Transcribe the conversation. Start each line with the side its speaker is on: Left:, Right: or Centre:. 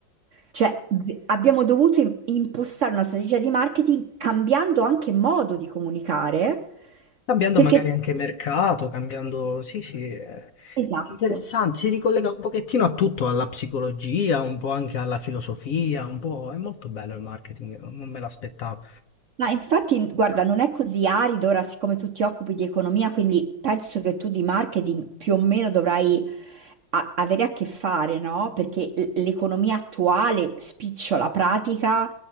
Right: Cioè, v- abbiamo dovuto im- impostare una strategia di marketing cambiando anche modo di comunicare,
Left: Cambiando
Right: perché...
Left: magari anche mercato, cambiando... Sì, sì, è
Right: Esatto.
Left: interessante, si ricollega un pochettino a tutto, alla psicologia, un po' anche alla filosofia, un po'... È molto bello il marketing, non me l'aspettavo.
Right: Ma infatti, guarda, non è così arido ora, siccome tu ti occupi di economia, quindi penso che tu di marketing più o meno dovrai a- avere a che fare, no? Perché l- l'economia attuale, spicciola pratica,